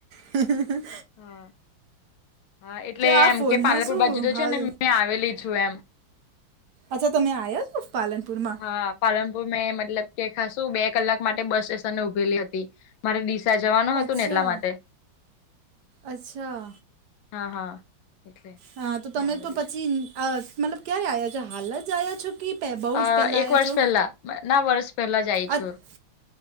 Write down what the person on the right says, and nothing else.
હ હ હ
આ
ફોનમાં
શું
હાલ
અચ્છા તમે આ્યા છો પાલનપુર માં.
અચ્છા
અચ્છા
હા તો
તમે
તો પછી
મતલબ ક્યારે આવ્યા છો હાલ જ આવ્યા છો કે પે બહુ
જ પહેલાં
આવ્યા
છો
અ-